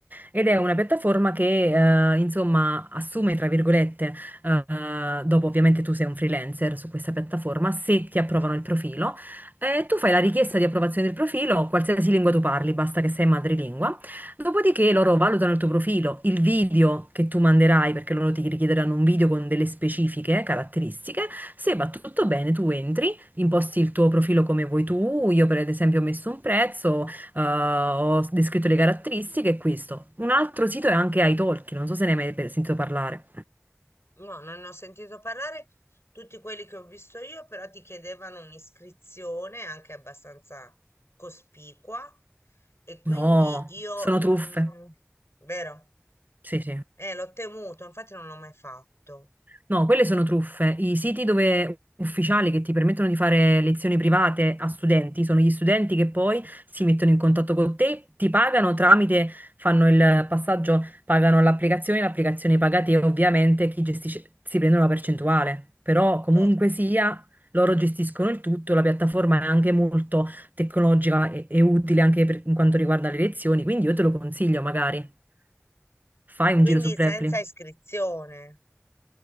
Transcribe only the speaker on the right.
ed è una piattaforma che eh, insomma assume, tra virgolette, eh, dopo ovviamente tu sei un freelancer su questa piattaforma, se ti approvano il profilo, eh, tu fai la richiesta di approvazione del profilo, qualsiasi lingua tu parli, basta che sei madrelingua, dopodiché loro valutano il tuo profilo, il video che tu manderai, perché loro ti richiederanno un video con delle specifiche caratteristiche, se va tutto bene tu entri, imposti il tuo profilo come vuoi tu, io per esempio ho messo un prezzo, eh, ho descritto le caratteristiche e questo. Un altro sito è anche italki, non so se ne hai mai pe- sentito parlare.
No,
sono
truffe.
Sì, sì.
No, quelle sono truffe. I siti dove- ufficiali che ti permettono di fare lezioni private a studenti sono gli studenti che poi si mettono in contatto con te, ti pagano tramite, fanno il passaggio, pagano l'applicazione, l'applicazione paga te, ovviamente chi gestisce si prende una percentuale, però comunque
sia loro gestiscono il tutto, la piattaforma è anche molto tecnologica e, e utile anche per, in quanto riguarda le lezioni, quindi io te lo consiglio magari. Fai
un giro su Preply.